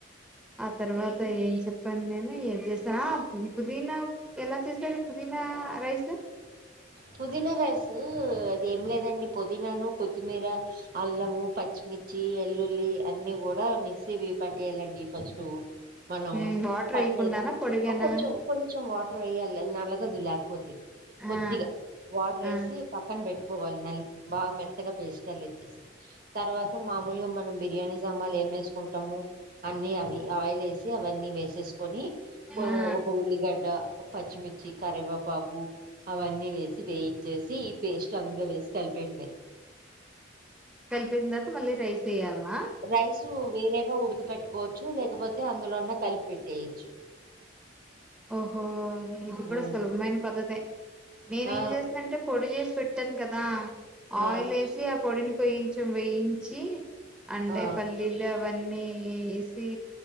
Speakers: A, in the centre; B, on the right (about 50°).
A: ఆ తర్వాత ఏం చెప్పాను నేను ఏది చేసాను ఆ పుదీనా ఎలా చేసారు పుదీనా రైస్
B: పుదీనా రైసు అది ఏం లేదండి పుదీనాను కొత్తిమీర అల్లము పచ్చిమిర్చి ఎల్లుల్లి అన్ని కూడా మిక్సి వేసి పట్టేయాలండి ఫస్ట్ మనం
A: ఉమ్ వాటర్
B: పట్టేసి
A: వేయకుండానా పొడిగానా
B: కొంచెం కొంచెం వాటర్ వేయాలి అది నలగదు లేకపోతే కొద్దిగా
A: ఆ
B: వాటర్
A: ఆ
B: ఎసి పక్కన బెట్టుకోవాలి నలిపి బాగా మెత్తగా పేస్ట్ అల తర్వాత మామూలుగా మనం బిర్యానీ సామాన్లు ఏం వేసుకుంటాము అన్ని అవి ఆయిల్ వేసి అవన్నీ వేసేసు కొన్ని
A: ఆ
B: ఒక ఉల్లిగడ్డ ఓ పచ్చిమిర్చి కరివేపాకు అవన్నీ వేసి వేయించేసి ఈ పేస్ట్ అందులో వేసి కలిపేయటమే
A: కలిపిన తర్వాత మళ్ళీ రైస్ వెయ్యాలనా
B: రైస్ వేరేగా ఉడికి పెట్టుకోవచ్చు లేకపోతే అందులోన్న కలిపి పెట్టేయచ్చు
A: ఓహో ఇది కూడా
B: ఉమ్.
A: సులభమైన పద్ధతే నేను
B: ఆ
A: ఏం చేసాంటే పొడి చేసి పెట్టాను కదా
B: ఆ
A: ఆయిల్ వేసి అంటే ఆ పొడిని కొంచెం వేయించి అంటే
B: ఆ
A: పల్ పల్లీలు అన్నీ వేసి